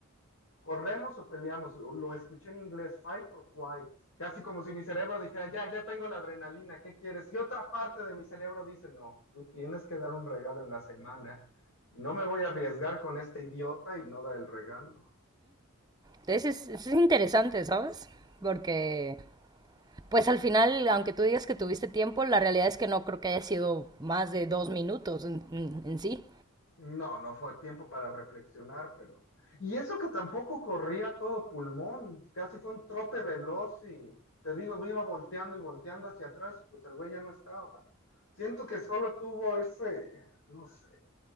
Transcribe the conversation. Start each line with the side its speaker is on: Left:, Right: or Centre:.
Left: corremos o peleamos, o lo escuché en inglés, fight or flight, casi como si mi cerebro dijera, ya, ya tengo la adrenalina, ¿qué quieres? Y otra parte de mi cerebro dice, no, tú tienes que dar un regalo en la semana, y no me voy a arriesgar con este idiota y no dar el regalo.
Right: Entonces es, es interesante, ¿sabes? Porque, pues al final, aunque tú digas que tuviste tiempo, la realidad es que no creo que haya sido más de dos minutos en, en- en sí.
Left: No, no fue tiempo para reflexionar, pero... Y eso que tampoco corría todo pulmón, casi fue un trote veloz y te digo, iba volteando y volteando hacia atrás, pues el güey ya no estaba. Siento que solo tuvo ese, no sé,